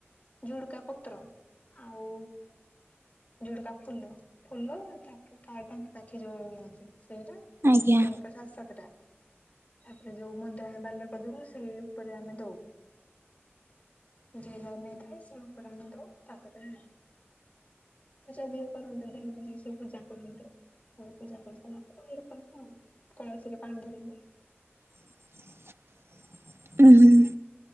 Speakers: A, on the left; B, on the right.
A: ଝୁଡ଼କା ପତ୍ର ଆଉ ଯୋଉଟିକା ଫୁଲ ଫୁଲ ତାପ କଦନ୍ତ ଗାଠି ଯୋଉ ନିୁଅନ୍ତି ସେଇଟା
B: ଆଜ୍ଞା।
A: ଜଣଙ୍କ ସାତ ସାତ ଟା ତାପରେ ଯୋଉ ମନ୍ଦିର ଆମେ ବାଲ୍ୟ କଦବ ସେଇ ଉପରେ ଆମେ ଦଉ। ଜିଏ ଯା ନେଇଥାଏ ସେ ଉପରେ ଆମେ ଦୋଉ ତାପରେ ପୂଜା ଯିଏ କରନ୍ତି ଦିନଟା ଯିଏ ସେ ପୂଜା କରନ୍ତି। ପୂଜା କରିସାରିଲା ପରେ ଇ ଆଉ କଳସିରେ ପାଣି ଧରିବ
B: <inaudible> ଉଁ ହୁଁ